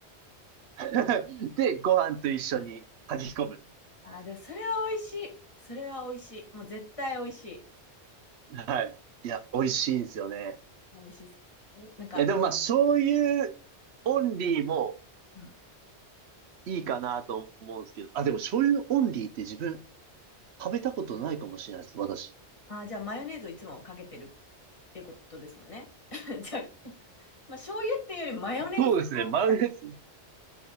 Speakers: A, on the right; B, on the left.
A: <laughs> で、ご飯と一緒に炊き込む。
B: あー、で、それは美味しい。それは美味しい。もう絶対美味しい。
A: はい。いや、美味しいんですよね。
B: いや美味しいです。なんか、
A: いや、でもまあ、醤油オンリーも
B: うん
A: いいかなと思うんですけど、あ、でも醤油オンリーって自分食べたことないかもしれないです、私。
B: あー、じゃあマヨネーズをいつもかけてるっていうことですもんね。<laughs> じゃあ、<laughs> まあ、醤油っていうよりマヨネーズがあるみたい
A: そうですね、マヨネーズ。